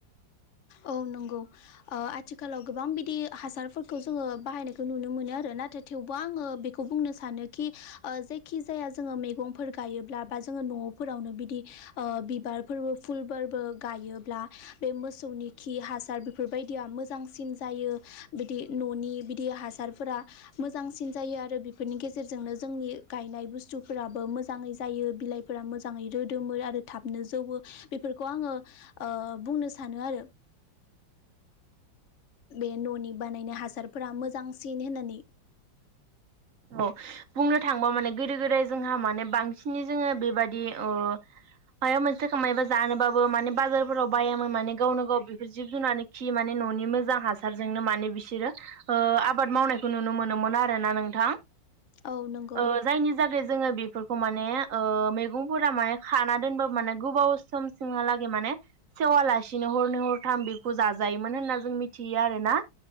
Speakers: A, on the left (about 70°); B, on the right (about 55°).
A: औ नंगौ ओ आथिखालाव गोबां बिदि हासारफोरखौ जोङो बाहायनायखौ नुनो मोनो आरो नाथाय थेवबो आङो बेखौ बुंनो सानो कि ओ जायखि जाया जोङो मैगंफोर गायोब्ला बा जोङो न'फोरावनो बिदि ओ बिबारफोरबो फुलफोरबो गायोब्ला बे मोसौनि खि हासार बेफोरबायदिया मोजांसिन जायो बिदि न'नि बिदि हासारफोरा मोजांसिन जायो आरो बेफोरनि गेजेरजोंनो जोंनि गायनाय बुस्थुफोराबो मोजाङै जायो बिलाइ फोर मोजाङै रोदोमो आरो थाबनो जौवो बेफोरखौ आङो ओ बुंनो सानो आरो। बे न'नि बानायनाय हासारफोरा मोजांसिन होननानै
B: औ बुंनो थांबा माने गोदो गोदाय जोंहा माने बांसिनै जोङो बेबादि ओ मायबा मोनसे सम मायबा जानोबाबो माने बाजारफोराव बायामोन माने गावनो गाव बेफोर जिब जुनारनि खि माने न'नि मोजां हासारजोंनो माने बिसोरो ओ आबाद मावनायखौ नुनो मोनोमोन आरोना नोंथां
A: औ नंगौ
B: ओ जायनि जागो जोङो बेफोरखौ माने ओ मैगंफोरा माने खाना दोनबाबो माने गोबाव समसिमहालागै माने सेवालासिनो हरनो हरथाम बेखौ जाजायोमोन होनना जों मिथियो आरो ना